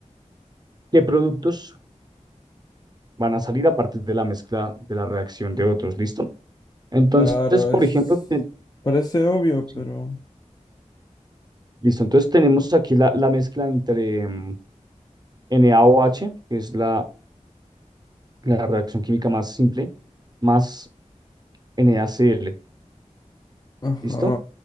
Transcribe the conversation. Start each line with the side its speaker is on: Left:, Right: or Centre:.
Right: qué productos van a salir a partir de la mezcla de la reacción de otros, ¿listo? Entonces,
Left: claro,
Right: por
Left: es...
Right: ejemplo, te-
Left: Parece obvio,
Right: sí,
Left: pero...
Right: listo, entonces tenemos aquí la, la mezcla entre mm, NaOH, que es la, la reacción química más simple, más NaCl,
Left: Ajá.
Right: ¿listo?